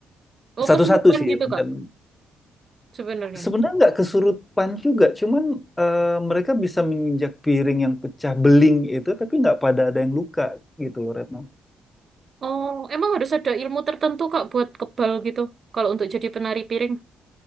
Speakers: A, on the right; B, on the left.
A: Oh,
B: Satu-satu
A: kesurupan
B: sih
A: gitu
B: loncat.
A: Kak sebenarnya.
B: Sebenarnya nggak kesurupan juga, cuman eh, mereka bisa menginjak piring yang pecah beling itu, tapi nggak pada ada yang luka gitu loh Retno.
A: Oh, emang harus ada ilmu tertentu Kak buat kebal gitu kalau untuk jadi penari piring.